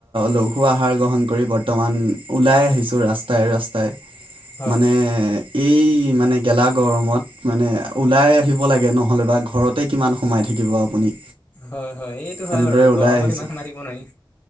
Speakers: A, on the right; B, on the left.
A: লঘু আহাৰ গ্ৰহণ কৰি বৰ্তমান ওলাই আহিছো ৰাস্তাই, ৰাস্তাই।
B: হয়
A: মানে এই, মানে গেলা গৰমত মানে ওলাই আহিব লাগে নহ'লে বা ঘৰতে কিমান সোমাই থাকিব আপুনি।
B: হয়, হয় এইটো
A: তেনেদৰে
B: হয় বাৰু
A: ওলাই
B: গৰমত
A: আহিছোঁ
B: ইমান সোমাই থাকিব‌ নোৱাৰি।